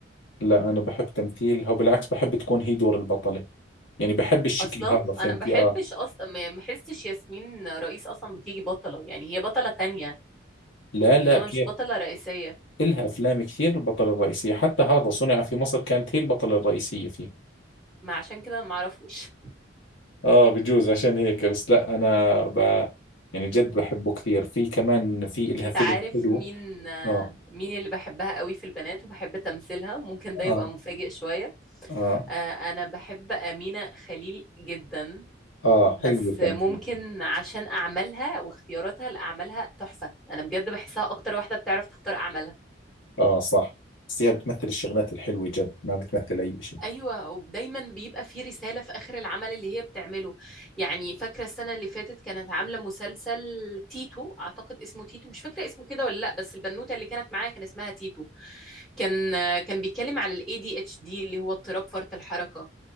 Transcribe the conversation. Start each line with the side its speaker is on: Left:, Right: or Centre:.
Left: لا أنا بحب تمثيلها وبالعكس بحب تكون هي دور البطلة يعني بحب الشكل
Centre: اصلا
Left: هذا فهمتي
Centre: انا ما بحبش
Left: آه
Centre: اصلا ما يعني ما بحسش ياسمين رئيس اصلا بتيجي بطلة يعني هي بطلة تانية
Left: لا لا
Centre: انما
Left: كيف
Centre: مش بطلة رئيسية
Left: إلها أفلام كثير البطلة الرئيسية حتى هذا صنع في مصر كانت هي البطلة الرئيسية فيه
Centre: ما عشان كده ما اعرفوش
Left: آه بجوز عشان هيك بس لا أنا ب... يعني جد بحبه كثير في كمان في إلها
Centre: انت
Left: فيلم
Centre: عارف
Left: حلو
Centre: مين آه،
Left: آه
Centre: مين اللي بحبها قوي في البنات وبحب تمثيلها ممكن ده يبقى
Left: آه
Centre: مفاجئ شوية
Left: آه
Centre: آه، انا بحب أمينة خليل جدا
Left: آه
Centre: بس
Left: حلو تمثيل
Centre: ممكن عشان أعمالها واختياراتها لأعمالها تحفة انا بجد بحسها اكتر واحدة بتعرف تختار أعمالها
Left: آه صح بس هي بتمثل الشغلات الحلوة جد ما بتمثل أي شيء
Centre: ايوه ودايما بيبقى في رساله في اخر العمل اللي هي بتعمله يعني فاكره السنه اللي فاتت كانت عامله مسلسل تيتو اعتقد اسمه تيتو مش فاكره اسمه كده ولا لا بس البنوته اللي كانت معاها كان اسمها تيتو كان كان بيتكلم على الاي دي اتش دي اللي هو اضطراب فرط الحركه